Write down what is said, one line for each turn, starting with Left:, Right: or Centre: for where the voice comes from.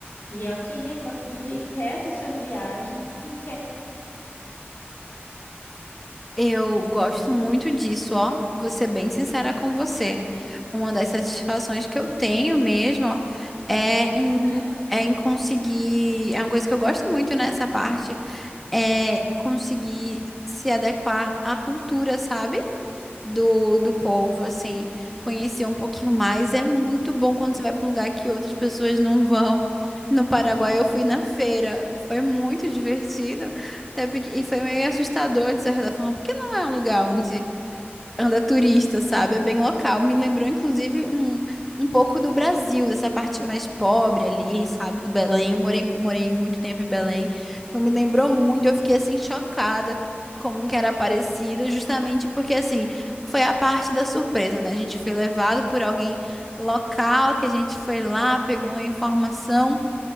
Left: E é o que enrique- enriquece a sua viagem, enriquece,
Centre: Eu gosto muito disso, ó. Vou ser bem sincera com você. Uma das satisfações que eu tenho mesmo é em,
Left: né?
Centre: é em conseguir. É uma coisa que eu gosto muito nessa parte, é conseguir se adequar à cultura, sabe? do, do povo, assim, conhecer um pouquinho mais. É muito bom quando você vai para um lugar que outras pessoas não vão. No Paraguai eu fui na feira, foi muito divertido, até porque, e foi meio assustador de certa forma, porque não é um lugar onde Anda turista, sabe? É bem local. Me lembrou, inclusive, um, um pouco do Brasil, dessa parte mais pobre ali, sabe? Do Belém. Eu morei, morei muito tempo em Belém. Então, me lembrou muito. Eu fiquei, assim, chocada como que era parecido, justamente porque, assim, foi a parte da surpresa, né? A gente foi levado por alguém local, que a gente foi lá, pegou a informação